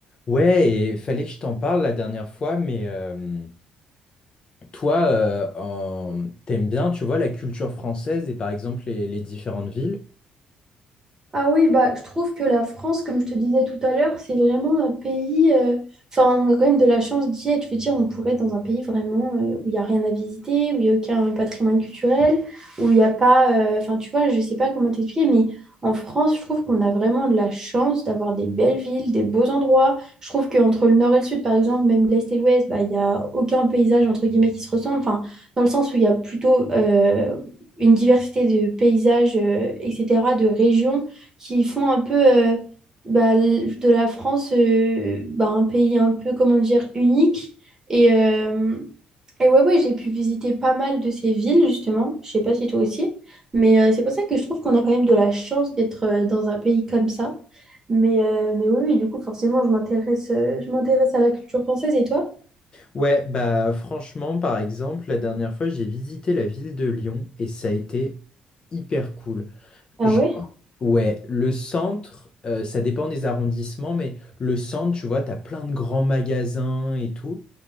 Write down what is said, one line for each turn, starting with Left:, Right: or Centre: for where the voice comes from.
Left: Ouais, et fallait que je t'en parle la dernière fois, mais euh, toi, euh, en- t'aimes bien, tu vois, la culture française et par exemple les, les différentes villes?
Right: Ah oui, bah, je trouve que la France, comme je te disais tout à l'heure, c'est vraiment un pays. euh, Enfin, on a quand même de la chance d'y être. Je veux dire, on pourrait être dans un pays vraiment euh, où il n'y a rien à visiter, où il n'y a aucun patrimoine culturel, où il n'y a pas. euh, Enfin, tu vois, je ne sais pas comment t'expliquer, mais en France, je trouve qu'on a vraiment de la chance d'avoir des belles villes, des beaux endroits. Je trouve qu'entre le nord et le sud, par exemple, même l'est et l'ouest, bah, il n'y a aucun paysage, entre guillemets, qui se ressemble. Enfin, dans le sens où il y a plutôt. euh, une diversité de paysages, euh, etc., de régions qui font un peu euh, bah, l- de la France euh, bah, un pays un peu, comment dire, unique. Et, euh, et ouais, ouais, j'ai pu visiter pas mal de ces villes, justement. Je sais pas si toi aussi. Mais euh, c'est pour ça que je trouve qu'on a quand même de la chance d'être euh, dans un pays comme ça. Mais, euh, mais oui, oui, du coup, forcément, je m'intéresse, euh, je m'intéresse à la culture française. Et toi?
Left: Ouais, bah franchement, par exemple, la dernière fois, j'ai visité la ville de Lyon et ça a été hyper cool.
Right: Ah
Left: Je-
Right: ouais?
Left: Ouais, le centre, euh, ça dépend des arrondissements, mais le centre, tu vois, t'as plein de grands magasins et tout.